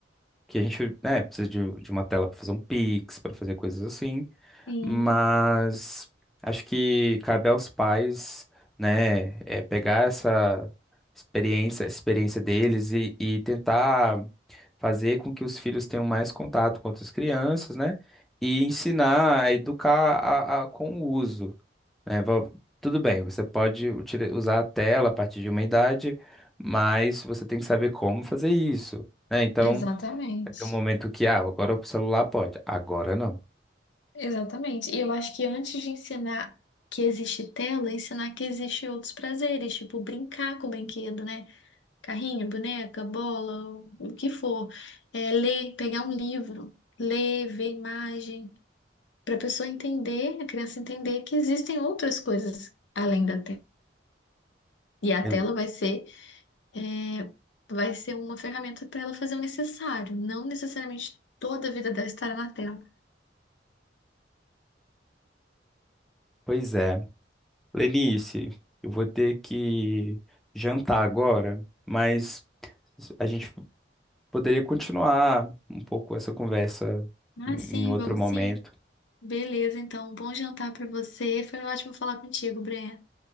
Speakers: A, in the centre; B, on the left.
A: que a gente, né, precisa de, de uma tela para fazer um Pix, para fazer coisas assim.
B: Sim,
A: Mas acho que cabe aos pais, né, é, pegar essa experiência, a experiência deles e, e tentar fazer com que os filhos tenham mais contato com outras crianças, né? E ensinar a educar a, a- com o uso né, va- tudo bem, você pode utili- usar a tela a partir de uma idade, mas você tem que saber como fazer isso, né? Então,
B: exatamente.
A: vai ter um momento que, ah, agora o celular pode, agora não.
B: Exatamente. E eu acho que antes de ensinar que existe tela, ensinar que existe outros prazeres, tipo brincar com o brinquedo, né? Carrinho, boneca, bola, o que for. É, ler, pegar um livro, ler, ver imagem. para a pessoa entender, a criança entender que existem outras coisas além da tela. E a
A: Ex-
B: tela vai ser, é, vai ser uma ferramenta para ela fazer o necessário, não necessariamente toda a vida dela estará na tela.
A: Pois é. Lenice, eu vou ter que jantar agora, mas a gente poderia continuar um pouco essa conversa
B: Ah,
A: em
B: sim,
A: em outro
B: vamos
A: momento.
B: sim. Beleza, então, bom jantar para você. Foi ótimo falar contigo, Breno.